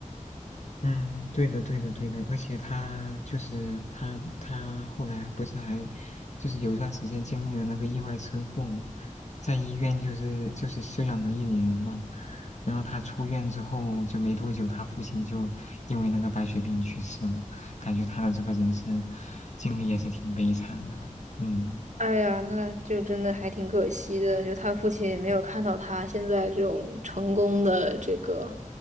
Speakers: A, on the left; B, on the right.
A: 嗯，对的，对的，对的，而且他就是他，他后来不是还就是有一段时间经历了那个意外车祸嘛，在医院就是就是休养了一年嘛，然后他出院之后就没多久，他父亲就因为那个白血病去世了，感觉他的这个人生经历也是挺悲惨的，嗯，
B: 哎呀，那就真的还挺可惜的，就他父亲也没有看到他现在这种成功的这个